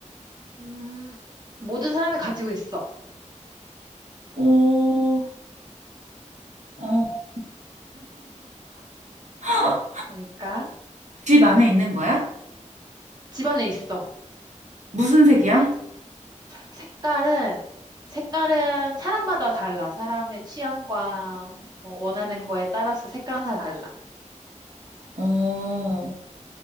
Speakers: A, on the right; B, on the right.
A: 음, 모든 사람이 가지고 있어.
B: 오, 어, <laughs>
A: 뭘까?
B: 집 안에 있는 거야?
A: 집안에 있어.
B: 무슨 색이야?
A: 색깔은, 색깔은 사람마다 달라. 사람의 취향과 어, 원하는 거에 따라서 색깔은 다 달라.
B: 어,